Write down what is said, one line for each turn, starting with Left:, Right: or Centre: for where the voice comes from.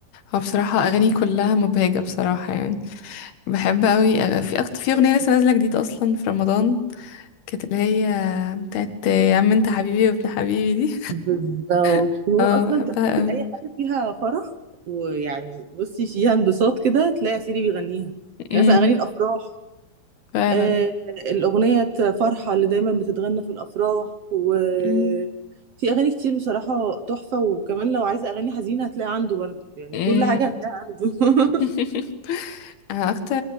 Left: هو بصراحة اغاني كلها مبهجة بصراحة يعني بحب اوي أغ- في أكتر في اغنية لسه نازلة جديد اصلا في رمضان كانت اللي هي بتاعت يا عم انت حبيبي وابن حبيبي دي
Right: بالظبط
Left: <laughs>
Right: هو
Left: اه
Right: أصلا
Left: بحبها
Right: تحسي
Left: اوي
Right: أي حاجة فيها فرح ويعني بصي فيها انبساط كده تلاقي عسيلي بيغنيها يعني
Left: أمم،
Right: مثلا أغاني الأفراح
Left: فعلا
Right: آه، الأغنية فرحة اللي دايما بتتغنى في الأفراح وفي
Left: أمم،
Right: أغاني كتير بصراحة تحفة وكمان لو عايزة أغاني حزينة هتلاقي عنده برضه يعني
Left: أمم.
Right: كل حاجة هتلاقي عنده <laughs>
Left: <laughs> انا اكتر